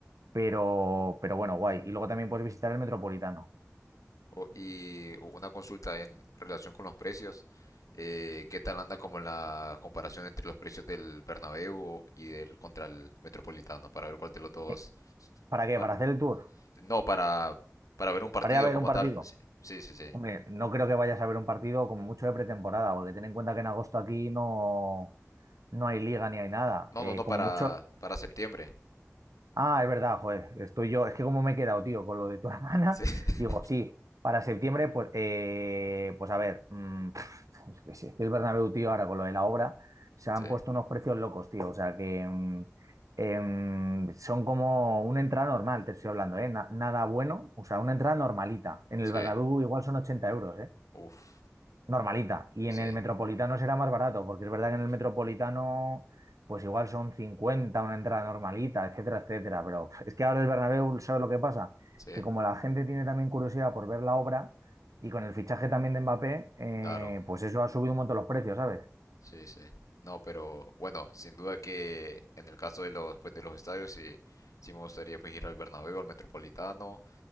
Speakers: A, on the right; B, on the left.
A: pero, pero bueno, guay. Y luego también puedes visitar el Metropolitano.
B: O- y una consulta en relación con los precios. eh, ¿qué tal anda como la comparación entre los precios del Bernabéu y del contra el Metropolitano? Para ver cuál de los dos...
A: Eh, ¿Para qué?
B: pa-
A: ¿Para hacer el tour?
B: no, para, para ver un partido
A: ¿Para ir a ver
B: como
A: un partido?
B: tal. Sí, sí, sí. sí.
A: Hombre, no creo que vayas a ver un partido como mucho de pretemporada, porque ten en cuenta que en agosto aquí no, no hay liga ni hay nada.
B: No,
A: Eh,
B: no, no,
A: como
B: para,
A: mucho,
B: para septiembre.
A: Ah, es verdad, joder, estoy yo. Es que como me he quedado, tío, con lo de tu <laughs> hermana,
B: Sí, <laughs>
A: digo, sí, para septiembre, pues, eh, pues a ver, mm, <laughs> pf, es que sí, es que el Bernabéu, tío, ahora con lo de la obra, se han
B: sí,
A: puesto unos precios locos, tío. O sea que mm, em, son como una entrada normal, te estoy hablando, ¿eh? Na- nada bueno, o sea, una entrada normalita. En el
B: sí.
A: Bernabéu igual son 80 euros, ¿eh?
B: Uf,
A: normalita. Y
B: sí,
A: en el Metropolitano será más barato, porque es verdad que en el Metropolitano, pues igual son 50 una entrada normalita, etcétera, etcétera. Pero uf, es que ahora el Bernabéu, ¿sabes lo que pasa?
B: sí,
A: Que como la gente tiene también curiosidad por ver la obra y con el fichaje también de Mbappé, eh,
B: claro.
A: pues eso ha subido un montón los precios, ¿sabes?
B: Sí, sí. No, pero bueno, sin duda que en el caso de los, pues, de los estadios, sí, sí me gustaría pues ir al Bernabéu, al Metropolitano